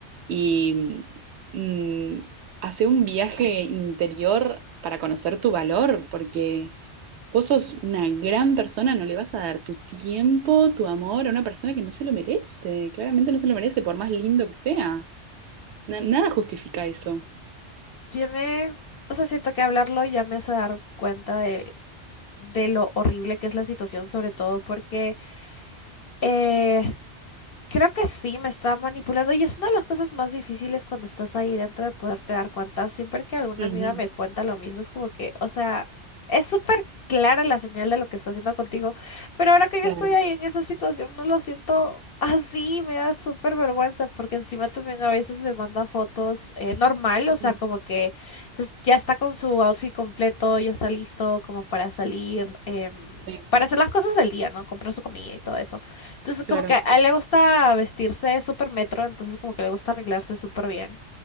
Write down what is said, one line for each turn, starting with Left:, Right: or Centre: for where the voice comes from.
Right: y mm, hacer un viaje interior para conocer tu valor, porque... Vos sos una gran persona, no le vas a dar tu tiempo, tu amor a una persona que no se lo merece. Claramente no se lo merece, por más lindo que sea. Na- nada justifica eso.
Left: Tiene, o sea, siento que hablarlo ya me hace dar cuenta de, de lo horrible que es la situación, sobre todo porque eh, Creo que sí, me está manipulando y es una de las cosas más difíciles cuando estás ahí dentro de poderte dar cuenta. Siempre que alguna
Right: Ujú.
Left: amiga me cuenta lo mismo, es como que, o sea, es súper clara la señal de lo que está haciendo contigo, pero ahora que yo
Right: Claro.
Left: estoy ahí en esa situación, no lo siento así, me da súper vergüenza porque encima también a veces me manda fotos eh, normal, o
Right: Ujú.
Left: sea, como que se- ya está con su outfit completo, ya está listo como para salir, em,
Right: Sí,
Left: para hacer las cosas del día, ¿no? Comprar su comida y todo eso. Entonces,
Right: claro.
Left: como que a él le gusta vestirse súper metro, entonces como que le gusta arreglarse súper bien.